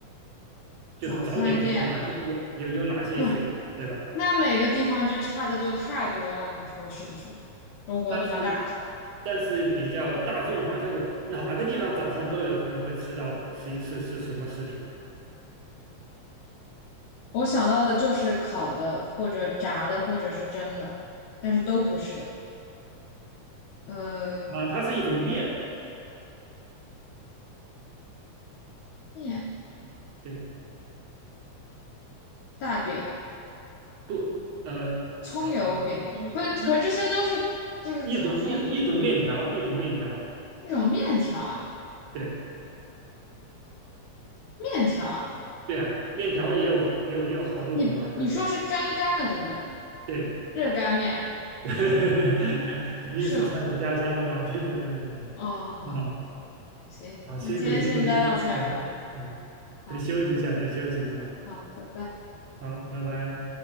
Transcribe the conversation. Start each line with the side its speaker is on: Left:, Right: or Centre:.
Left: 早餐店，
Right: 就是早点有哪些有有有哪些选，
Left: 不是，
Right: 对吧？
Left: 那每个地方就差的就太多了，你说是不是？中国那么大，
Right: 但是但是比较大众化，就是哪个地方早餐都有可能会吃到的，是是是什么食品呢？
Left: 我想到的就是烤的或者炸的或者是蒸的，但是都不是。嗯，
Right: 啊，它是一种面，
Left: 面
Right: 对，
Left: 大饼。
Right: 不，呃呃呃，
Left: 葱油饼，
Right: 一一
Left: 可可这些都是就是怎么说
Right: 一种一一种面条，一种面条，
Left: 那种面条啊，
Right: 对
Left: 面条啊，
Right: 对啊，面条也有也有也有好多种嘛，
Left: 你不你说是干干的对不对？
Right: 对不对？对，
Left: 热干面
Right: <laughs> 肯定是在我家乡的嘛，
Left: 是吗？
Right: 对对对对对，
Left: 哦，好，
Right: 嗯
Left: 行，
Right: 啊，
Left: 那今天先待到这儿吧。
Right: 辛苦辛苦辛苦，嗯嗯，
Left: 好
Right: 得休息一下，得休息一下，
Left: 好，拜拜。
Right: 好，拜拜。